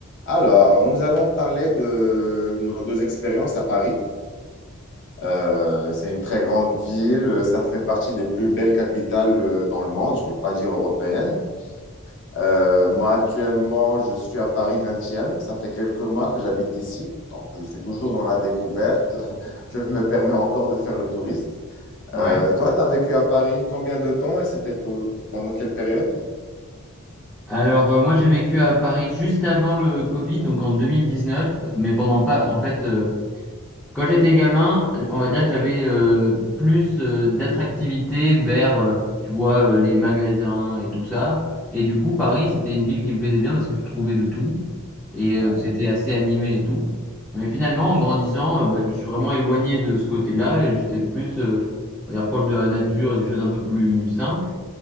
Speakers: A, on the left; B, in the centre.
A: Alors, nous allons parler de nos deux expériences à Paris. Euh, c'est une très grande ville, ça fait partie des plus belles capitales euh, dans le monde, je ne vais pas dire européenne. Euh, moi, actuellement, je suis à Paris vingtième. ça fait quelques mois que j'habite ici, donc je suis toujours dans la découverte, <laughs> je me permets encore de faire le touriste.
B: Ouais.
A: Euh, toi, tu as vécu à Paris combien de temps et c'était pe- pendant quelle période?
B: Alors euh, moi j'ai vécu à Paris juste avant le Covid, donc en 2019. mais pendant pas, en fait, euh, quand j'étais gamin, euh, on va dire que j'avais euh, plus euh, d'attractivité vers, euh, tu vois, euh, les magasins et tout ça. Et du coup, Paris, c'était une ville qui me plaisait bien parce que tu trouvais de tout et
A: Ouais,
B: euh, que c'était assez animé et tout. Mais finalement, en grandissant, euh, bah, je me suis vraiment éloigné de ce côté-là et j'étais plus, euh, on va dire, proche de la nature, et des choses un peu plus simples.